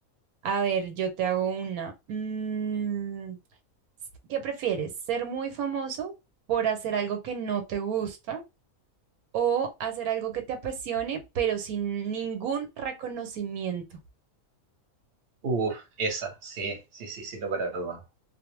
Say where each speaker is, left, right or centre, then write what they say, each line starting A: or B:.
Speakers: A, on the right; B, on the right.
A: A ver, yo te hago una. Mm, s- ¿qué prefieres? ¿Ser muy famoso por hacer algo que no te gusta o hacer algo que te apasione, pero sin ningún reconocimiento?
B: Uf, esa, sí, sí, sí, sí, lo para duda.